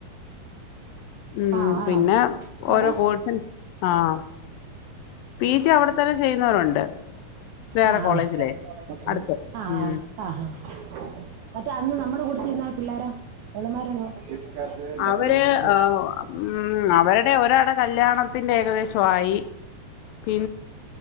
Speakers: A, on the left; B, on the right.
A: ഉം
B: ആ ആണോ
A: പിന്നെ
B: എവിടെ
A: ഓരോ കോഴ്സിന് ആഹ് പി ജി അവിടെ തന്നെ ചെയ്യുന്നവരുണ്ട് വേറെ
B: അ ആ
A: കോളേജിലേ അടുത്ത് ഉം
B: അ ആ ആ മറ്റേ അന്ന് നമ്മടെ കൂട്ടത്തിരുന്ന പിള്ളേരോ അവള്മാരണ്ടോ കിക്കാറ്റ് ഡയറിമിൽക്
A: അവര് ആ, ഉം അവരുടെ ഒരാടെ കല്യാണത്തിന്റെ ഏകദേശം ആയി പി